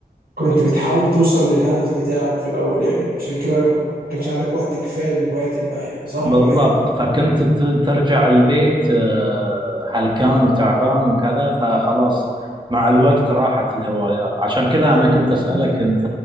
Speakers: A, on the right (about 70°); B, on the right (about 30°).
A: كنت بتحاول توصل للهدف بتاعك في الاول يعني عشان كده ما كانش عندك وقت كفاية للهوايات الباقية صح
B: بالضبط
A: ولا ايه؟
B: فكنت ت- ترجع البيت آه، هلكان وتعبان وكذا فخلاص مع الوقت راحت الهوايات عشان كذا أنا كنت أسألك
A: مم.
B: أنت